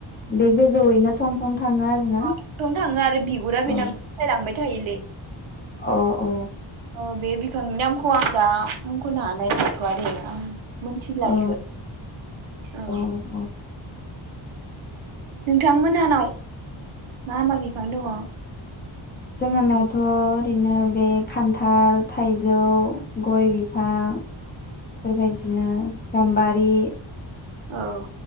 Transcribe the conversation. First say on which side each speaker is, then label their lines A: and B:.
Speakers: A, on the left (about 20°); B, on the right (about 70°).
A: बे गोजौयैनो थं थं थाङो आरोना
B: आव थं थाङो आरो बिगुरा बिना
A: अ
B: <inaudible> लांबाय थायोलै।
A: अ अ
B: औ बे बिफांनि नामखौ आं दा। आंखौनो हानाय नंथ'आ दे आं। मोनथिला
A: अ
B: इखो औ।
A: अ अ
B: नोंथांमोनानाव मा मा बिफां दङ।
A: जोंहानावथ'
B: बे
A: ओरैनो बे खान्थाल थाइजौ गय बिफां बेबायदिनो गाम्बारि।
B: औ